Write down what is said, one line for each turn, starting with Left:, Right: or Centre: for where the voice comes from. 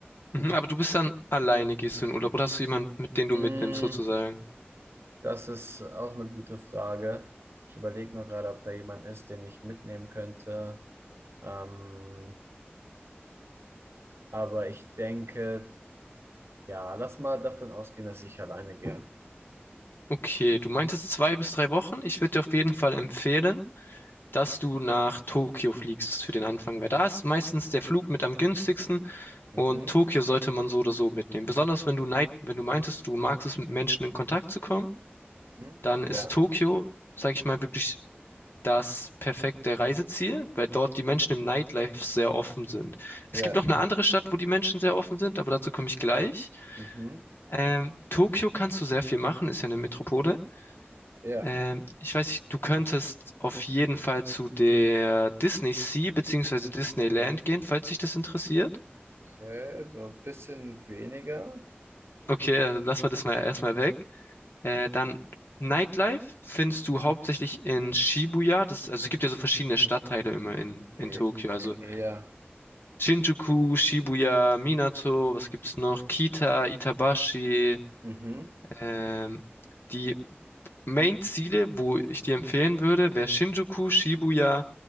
Left: Mhm, aber du bist dann alleine, gehst du in Urlaub oder hast du jemanden, mit den du
Right: Mm,
Left: mitnimmst sozusagen?
Right: das ist auch eine gute Frage. Ich überlege nur gerade, ob da jemand ist, den ich mitnehmen könnte. Ähm, aber ich denke, ja, lass mal davon ausgehen, dass ich alleine gehe.
Left: Okay, du meintest zwei bis drei Wochen. Ich würde dir auf jeden Fall empfehlen, dass du nach Tokio fliegst für den Anfang, weil da ist meistens der Flug mit am günstigsten
Right: Mhm,
Left: und Tokio sollte man so oder so mitnehmen. Besonders wenn du neid, wenn du meintest, du magst es mit Menschen in Kontakt zu kommen,
Right: mhm,
Left: dann
Right: ja,
Left: ist Tokio, sag ich mal, wirklich das perfekte Reiseziel, weil dort die Menschen im Nightlife sehr offen sind. Es
Right: ja.
Left: gibt noch eine andere Stadt, wo die Menschen sehr offen sind, aber dazu komme ich gleich.
Right: Mhm.
Left: Ähm, Tokio kannst du sehr viel machen, ist ja eine Metropole.
Right: Ja,
Left: Ähm, ich weiß nicht, du könntest auf jeden Fall zu der Disney Sea bzw. Disneyland gehen, falls dich das interessiert.
Right: okay. So ein bisschen weniger.
Left: Okay, dann lassen wir das mal erstmal weg. Äh, dann Nightlife findest du hauptsächlich in Shibuya. Das, also es gibt ja so verschiedene Stadtteile immer in,
Right: E
Left: in Tokio. Also
Right: eher.
Left: Shinjuku, Shibuya, Minato, was gibt's noch? Kita, Itabashi,
Right: Mhm.
Left: ähm, die Main-Ziele, wo ich dir empfehlen würde, wäre Shinjuku, Shibuya